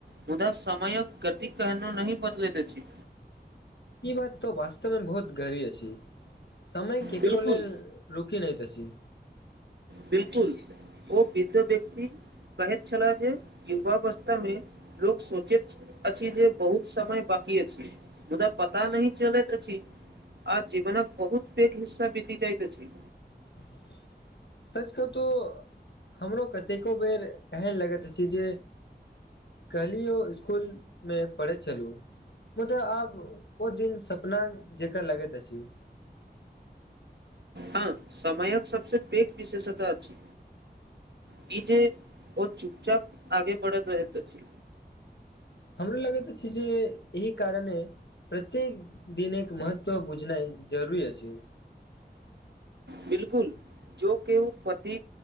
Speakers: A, on the right (about 80°); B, on the left (about 85°).
A: मुदा समयक गति कना नहि बदलत अछि
B: ई बात तो वास्तव मे बहुत गहरी अछि समय केकरो
A: बिलकुल
B: लेल रुकि नहिइत अछि जी
A: बिलकुल ओ बीजा व्यक्ति कहैत छ जे युवावस्था मे लोक सोचैत अछि जे बहुत समय बा की अछि मुदा पता नहि चलैत अछि आ जीवनक बहुत पैघ हिस्सा बीति जाइत अछि
B: <inaudible> सच कतहु हमरो कतेको बेर एहन लगैत अछि जे कहलियौ इसकुलमे पढ़ैत छलहु मुदा आब ओ दिन सपना जेका लगैत अछि <inaudible>
A: हँ समयक सबसे पैघ विशेषता अछि बीजे ओ चुपचाप आगे बढ़ैत रहैत अछि
B: हमरा लगैत अछि जे एहि कारणे प्रत्येक दिन एक महत्व बुझनाइ जरूरी अछि
A: बिलकुल जो केओ पति